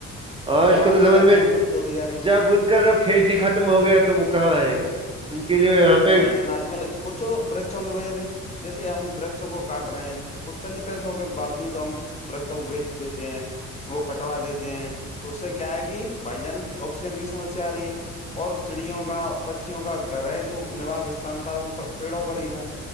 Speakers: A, on the right; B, on the left.
A: آج
B: کووا
A: کل کے
B: کی
A: زمانے
B: جاتیاں
A: میں
B: ولپت ہوتی جا رہی ہیں
A: جب ان کا جو کھیتی ختم ہو گیا تو وہ کہاں آئے گا ان کے لیے یہاں پہ
B: ع آج کل کچھ برچوں کی وجہ سے جیسے ہم برشوں کو کاٹ رہے ہیں کچھ چند پیسوں کے باوجود ہم برچا کو بیچ دیتے ہیں وہ کٹوا دیتے ہیں تو اس سے کیا ہے کہ بھائی جان آکسیجن کی سمسیا آ رہی ہے اور چڑیوں کا پچوں کا گھر ہے جو نوس استھان تھا وہ پیڑوں پر ہی تھا